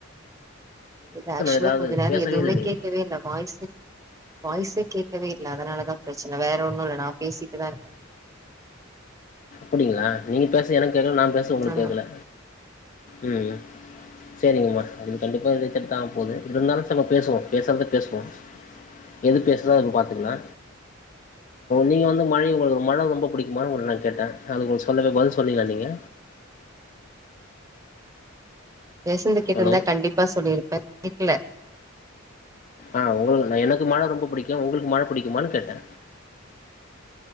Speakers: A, on the right (about 15°); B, on the left (about 40°).
A: இது ஆக்சுவலா
B: ஏதாவது
A: கொஞ்சோ நேரோ
B: பேசவே
A: எதுவுமே
B: இல்லை நீங்க
A: கேட்கவே இல்ல வாய்ஸே வாய்ஸே கேட்கவே இல்ல அதனாலதா ப்ரச்சன வேற ஒன்னு இல்ல நா பேசிட்டு தா இருக்கே
B: அப்டிங்களா நீங்க பேச எனக்கு கேக்கல நா பேசறது உங்களுக்கு
A: ஆமா
B: கேக்கல உம் செரிங்கம்மா அது கண்டிப்பா ரிஜெக்ட் தா ஆக போது இருந்தாலு பேசுவோ பேசுறத பேசுவோ எது பேச என்ன ஏதுன்னு பாத்துக்குலா நீங்க வந்து மழை உங்களுக்கு மழ ரொம்ப புடிக்குமான்னு உங்கள்ட்ட நா கேட்டே அது கொஞ்சோ சொல்லுங்க பதில் சொன்னீங்களா நீங்க
A: பேசுறது கேட்டிருந்தா
B: ஹலோ
A: கண்டிப்பா சொல்லிருப்பே கேக்கல
B: ஆஹ் உங்களுக்கு எனக்கு மழ ரொம்ப புடிக்கூ உங்களுக்கு மழ புடிக்குமானு கேட்டே